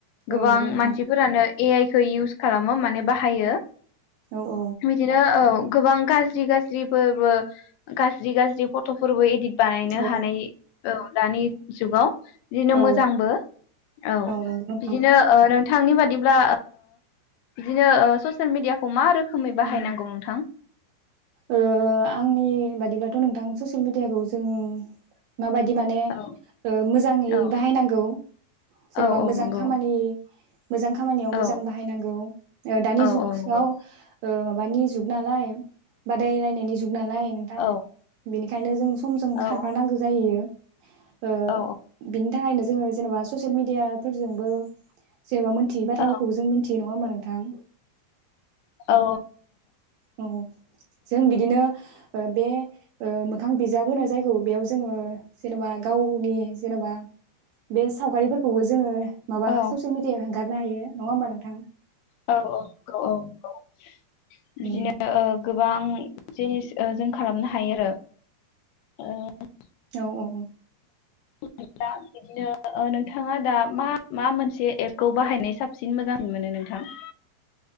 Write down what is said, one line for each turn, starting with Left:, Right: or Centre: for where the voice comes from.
Left: गोबां
Right: औ नंगौ नोंथां
Left: मानसिफोरानो ए आइ खौ इउस खालामो माने बाहायो।
Right: औ औ
Left: बिदिनो औ गोबां गाज्रि गाज्रिफोरबो गा गाज्रि गाज्रि फट'फोरबो इडिद बानायनो
Right: औ
Left: हानाय औ। दानि जुगाव। बिदिनो
Right: औ
Left: मोजांबो औ
Right: नंगौ नोंथां
Left: बिदिनो ओ थांनि बादिब्ला बिदिनो ससियेल मिडियाखौ मा रोखोम रोखोमै बाहायनांगौ
Right: औ
Left: नोंथां?
Right: आंनि बादिब्लाथ' नोंथां ससियेल मिडियाखौ जों माबायदि माने
Left: औ
Right: मोजाङै
Left: औ
Right: बाहायनांगौ जेन'बा
Left: औ औ
Right: मोजां
Left: नंगौ
Right: खामानि। मोजां खामानियाव मोजां
Left: औ
Right: बाहायनांगौ दानि
Left: औ
Right: जुगाव
Left: औ नंगौ
Right: माबानि जुग नालाय। बदाय लायनायनि जुग नालाय नोंथां
Left: औ
Right: बिनि बेखायनो जों समजों
Left: औ
Right: खारफानांगौ जायो। बिनि
Left: औ
Right: थाखायनो जोङो जेनेबा ससियेल मिडिया फोरजोंबो जेनबा मोनथियै बाथ्राफोरखौ
Left: औ
Right: जों मिथियो नङा नङा होमबा नोंथां?
Left: औ।
Right: औ जों बिदिनो बे मोखां बिजाब होनो जायगखौ बेयाव जोङो जेनेबा गावनि जेनेबा बे सावगारिफोरखौबो जोङो माबा
Left: औ
Right: सयेल मिडिया हगारनो हायो नङा होमबा नोंथां?
Left: औ औ औ औ औ। बिदिनो
Right: उम
Left: गोबां जिनिस जों खालामनो हायो आरो ओ।
Right: औ औ औ।
Left: मोना बिदिनो नोंथाङा दा मा मा मोनसे एपखौ बाहायनाय साबसिन मोजांसिन मोनो नोंथां? <inaudible>